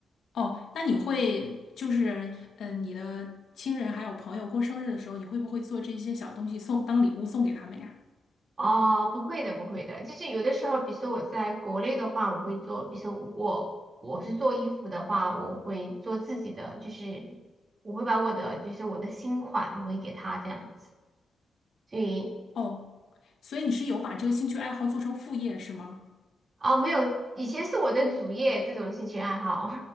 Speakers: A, on the left; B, on the right.
A: 哦，那你会就是，嗯、你的亲人还有朋友过生日的时候，你会不会做这些小东西送当礼物送给他们呀？
B: 哦，不会的，不会的，就是有的时候，比如说我在国内的话，我会做，比如说我我是做衣服的话，我会做自己的，就是我会把我的就是我的新款，我会给他这样子。所以
A: 哦，所以你是有把这个兴趣爱好做成副业是吗？
B: 哦，没有，以前是我的主业这种兴趣爱好。